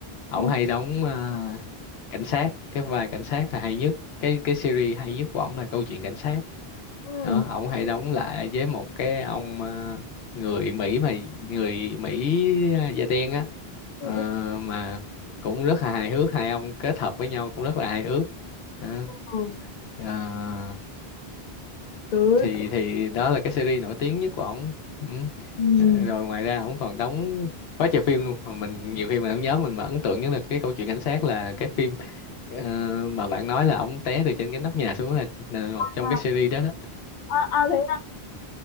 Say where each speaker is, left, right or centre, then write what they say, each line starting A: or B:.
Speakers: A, on the left (about 80°); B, on the left (about 60°).
A: ổng
B: Ừ.
A: hay đóng à, cảnh sát cái vai cảnh sát là hay nhất cái cái series hay nhất của ổng là câu chuyện cảnh sát
B: Ừ.
A: đó ông hay đóng lại với một cái ông ờ, người Mỹ mà người Mỹ da đen á
B: Ừ.
A: Ờ,
B: ừ,
A: mà cũng rất là hài hước hai ông kết hợp với nhau cũng rất là hài hước Đó.
B: ừ.
A: Ờ,
B: Tớ
A: thì thì đó là cái series nổi tiếng nhất của ổng ừ.
B: ừ.
A: rồi ngoài ra ổng còn đóng quá trời phim luôn mà mình nhiều khi mình không nhớ mình mà ấn tượng nhất là cái câu chuyện cảnh sát là cái phim ờ, mà bạn nói là ổng té từ trên cái nóc nhà xuống là, là một trong
B: À,
A: cái series đó đó
B: à, à, thế